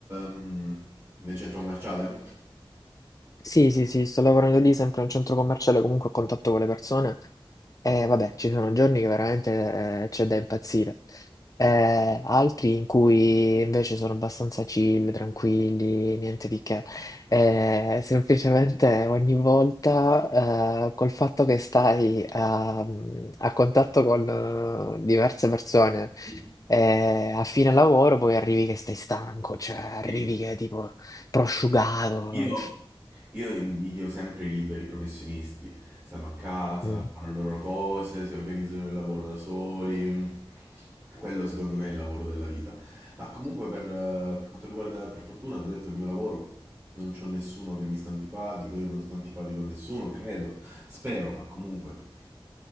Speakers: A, on the right (about 25°); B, on the left (about 40°).
A: mm, nel centro commerciale?
B: Sì, sì, sì, sto lavorando lì sempre in un centro commerciale, comunque a contatto con le persone. E vabbè, ci sono giorni che veramente eh, c'è da impazzire. Eh, altri in cui invece sono abbastanza chill, tranquilli, niente di che. Eh, semplicemente ogni volta, eh, col fatto che stai a, a contatto con eh, diverse persone,
A: Sì.
B: eh, a fine lavoro poi arrivi che stai stanco, cioè arrivi
A: Sì.
B: che tipo prosciugato.
A: Io, Io invidio sempre i liberi professionisti. Stanno a casa,
B: Mm.
A: fanno le loro cose, si organizzano il lavoro da soli. Quello secondo me è il lavoro della vita. Ma comunque per, eh, per quanto riguarda, per fortuna, ti ho detto il mio lavoro, non c'ho nessuno che mi sta antipatico, io non sto antipatico a nessuno, credo, spero, ma comunque